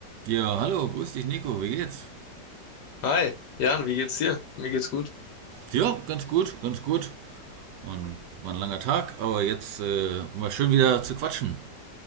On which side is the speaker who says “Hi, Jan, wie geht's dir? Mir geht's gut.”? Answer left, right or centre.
Left